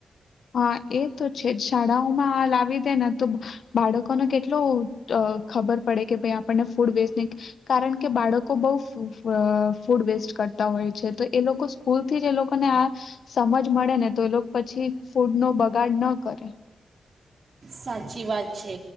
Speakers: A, on the left; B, on the right.
A: હા એ તો છે જ શાળાઓ માં હાવી દે ને તો બાળકોને કેટલો ખબર પડે કે ભાઈ આપણને ફૂડ વેસ્ટ નહી કારણ કે બાળકો બહ ફૂડ વેસ્ટ કરતા હોય છે તો એ લોકો સ્કૂલ થી જ એ લોકોને આ સમજ મળે ને તો એ લોકો પછી ફૂડનો બગાડ ન કરે.
B: સાચી વાત છે